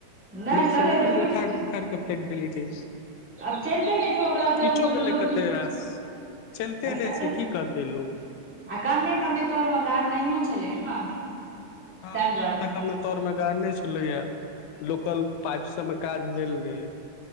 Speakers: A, in the centre; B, on the left.
A: नहि
B: लोक
A: सगरे
B: सब अपने
A: तऽ टूटि
B: उखाड़ि पुखाड़ि कऽ फेेक देले छैय
A: आब चलिते नहि छै ओ वला तऽ
B: टूइटो
A: ओ
B: गेलै
A: लोक
B: कते
A: भी
B: रास चैलते नै
A: सगरे
B: छैय की करते लोक
A: आ कमे कमे तोर मे गाड़ नहि छलै ने
B: हँ
A: ताहि दुआरे
B: कमे कमे तौर मे गाड़ने छलेया लोकल पाइप सब मे काज भेल रहे